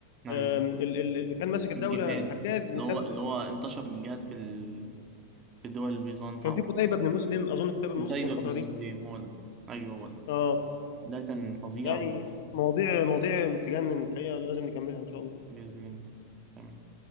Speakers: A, on the right; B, on the left.
A: أيوه
B: آم، ال- ال- اللي كان ماسك الدوله
A: الجهاد
B: الحجاج وكان
A: اللي هو اللي هو انتشر الجهاد في ال... في دول البيزنط
B: كان
A: أو
B: في قتيبه بن مسلم اظن قتيبه بن
A: قتيبة
B: مسلم في الفتره
A: بن مسلم
B: دي
A: هو ده أيوه هو ده
B: اه
A: ده كان فظيع
B: يعني مواضيع مواضيع تجنن الحقيقه لازم نكملها ان شاء الله
A: بإذن الله تمام